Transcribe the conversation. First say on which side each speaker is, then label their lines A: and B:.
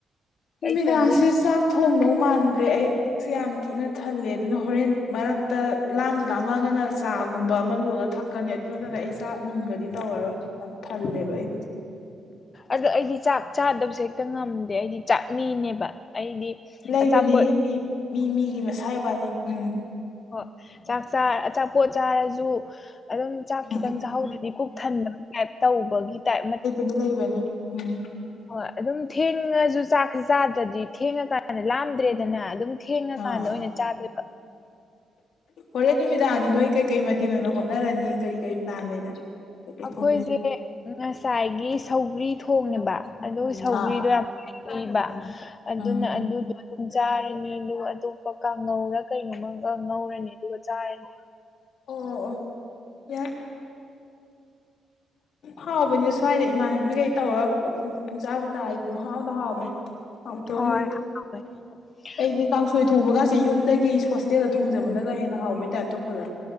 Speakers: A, on the left; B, on the left.
A: ꯀꯩ
B: ꯅꯨꯃꯤꯗꯥꯡꯁꯦ
A: ꯊꯣꯡꯗꯣꯏꯅꯣ
B: ꯆꯥꯛ ꯊꯣꯡꯗꯧ ꯃꯥꯟꯗ꯭ꯔꯦ ꯑꯩ ꯄꯨꯛꯁꯦ ꯌꯥꯝ ꯊꯤꯅ ꯊꯜꯂꯦ ꯑꯗꯨꯅ ꯍꯣꯔꯦꯟ ꯃꯔꯛꯇ ꯂꯥꯝꯗ ꯂꯥꯝꯃꯛꯑꯒꯅ ꯆꯥꯒꯨꯝꯕ ꯑꯃ ꯂꯣꯜꯂ ꯊꯛꯀꯅꯤ ꯑꯗꯨ ꯅꯠꯇꯅ ꯑꯩ ꯆꯥꯛ ꯅꯨꯡꯒꯗꯤ ꯇꯧꯔꯔꯣꯏ ꯌꯥꯝ ꯊꯜꯂꯦꯕ ꯑꯩ ꯍꯨꯖꯤ
A: ꯑꯗꯣ ꯑꯩꯗꯤ ꯆꯥꯛ ꯆꯥꯗꯕꯁꯦ ꯍꯦꯛꯇ ꯉꯝꯗꯦ ꯑꯩꯗꯤ ꯆꯥꯛꯃꯤꯅꯦꯕ ꯑꯩꯗꯤ
B: ꯂꯩꯕꯅꯦ
A: ꯑꯆꯥꯄꯣꯠ
B: ꯍꯦ ꯃꯤ ꯃꯤ ꯃꯤꯒꯤ ꯃꯁꯥꯏ ꯋꯥꯅꯤ ꯎꯝ
A: ꯍ ꯆꯥꯛ ꯆ ꯑꯆꯥꯄꯣꯠ ꯆꯥꯔꯖꯨ ꯑꯔ‌‌ꯪ ꯆꯥꯛ ꯈꯤꯇꯪ
B: ꯎꯝ
A: ꯆꯥꯍꯧꯗꯔꯗꯤ ꯄꯨꯛ ꯊꯟꯗꯕꯒꯤ ꯇꯥꯏꯞ ꯇꯧꯕꯒꯤ ꯇꯥꯏꯞ ꯃꯠ
B: ꯗꯨ ꯂꯩꯕꯅꯤ ꯎꯝ
A: ꯍꯣꯏ ꯑꯗꯨꯝ ꯊꯦꯡꯉꯖꯨ ꯆꯥꯛꯁꯤ ꯆꯥꯗ꯭ꯔꯗꯤ ꯊꯦꯡꯉ ꯀꯥꯟꯗ ꯂꯥꯝꯗ꯭ꯔꯦꯗꯅ ꯑꯗꯨꯝ ꯊꯦꯡꯉ ꯀꯥꯟꯗ
B: ꯑꯥ
A: ꯑꯣꯏꯅ ꯆꯥꯗꯣꯏ ꯕꯥ
B: ꯍꯣꯔꯦꯟ ꯅꯨꯃꯤꯗꯥꯡꯗꯤ ꯅꯣꯏ ꯀꯩꯀꯩ ꯃꯊꯦꯜ ꯑꯣꯏꯅ ꯍꯣꯠꯅꯔꯅꯤ ꯀꯔꯤ ꯀꯔꯤ ꯄ꯭ꯂꯥꯟ ꯂꯩꯔꯒꯦ ꯀꯩꯀꯩ
A: ꯑꯈꯣꯏꯖ‌ꯦ
B: ꯊꯣꯡꯗꯣꯏꯅꯣ
A: ꯉꯁꯥꯏꯒꯤ ꯁꯧꯒ꯭ꯔꯤ ꯊꯣꯡꯉ‌ꯦꯕ ꯑꯗꯨ ꯁꯧꯒ꯭ꯔꯤꯗꯣ
B: ꯑꯥ
A: ꯌꯥꯝ ꯏꯕꯥ ꯑꯗꯨꯅ
B: ꯎꯝ
A: ꯑꯗꯨ ꯎꯝ ꯆꯥꯔꯅꯤ ꯑꯗꯨꯒ ꯑꯇꯣꯞꯄ ꯀꯥꯡꯉꯧꯔ ꯀꯩꯅꯣꯝꯃꯥ ꯒꯥ ꯉꯧꯔꯅꯤ ꯑꯗꯨꯒ ꯆꯥꯔꯅꯤ
B: ꯑꯣ ꯑꯣ ꯑ‌ꯣ ꯌꯥꯏ ꯍꯥꯎꯕꯅꯤ ꯁ꯭ꯋꯥꯏꯗ ꯏꯃꯥꯟꯅꯕꯤ ꯒꯩ ꯇꯧꯔ ꯄꯨꯂꯞ ꯄꯨꯟ ꯄꯨꯟ ꯄꯨꯟ ꯆꯥꯕ ꯇꯥꯏꯞ ꯄꯨꯡ ꯍꯥꯎꯗ ꯍꯥꯎꯕꯟ ꯍꯥꯎ ꯇꯕꯝ
A: ꯍꯣꯏ
B: ꯂꯩ
A: <unintelligible>
B: ꯑꯩꯗꯤ ꯀꯥꯡꯁꯣꯏ ꯊꯣꯡꯕꯒꯥꯁꯦ ꯌꯨꯝꯗꯒꯤ ꯍꯣꯁꯇꯦꯜꯗ ꯊꯣꯡꯖꯕꯅꯒ ꯍꯦꯟꯅ ꯍꯥꯎꯕꯩ ꯇꯥꯏꯞ ꯇꯧꯈꯜꯂꯦ